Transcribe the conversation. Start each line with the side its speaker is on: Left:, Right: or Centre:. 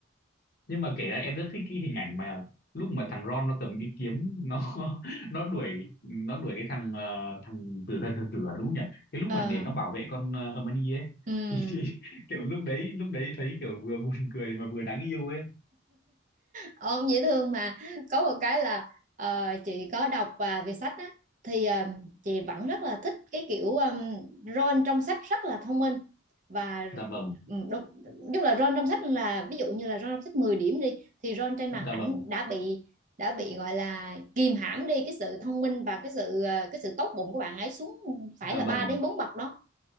Left: nhưng mà kể ra em rất thích cái hình ảnh mà lúc mà thằng Ron nó cầm cái kiếm nó <laughs> nó đuổi nó đuổi cái thằng ờ, thằng tử thần thực tử à, đúng nhỉ cái lúc
Right: Ờ,
Left: mà để nó bảo vệ con ờ, Hermione ấy <laughs>
Right: ừ.
Left: thì kiểu lúc đấy lúc đấy thấy kiểu vừa buồn cười mà vừa đáng yêu ấy
Right: ông dễ thương mà có một cái là ờ, chị có đọc và về sách á thì ờ, chị vẫn rất là thích cái kiểu um, Ron trong sách rất là thông minh và
Left: dạ vâng
Right: ừ, đúng, nói là Ron trong sách là ví dụ như là Ron trong sách 10 điểm đi thì Ron trên
Left: dạ
Right: màn ảnh
Left: vâng
Right: đã bị đã bị gọi là kìm hãm đi cái sự thông minh và cái sự ờ, cái sự tốt bụng của bạn ấy xuống phải
Left: dạ
Right: là
Left: vâng
Right: 3 đến 4 bậc đó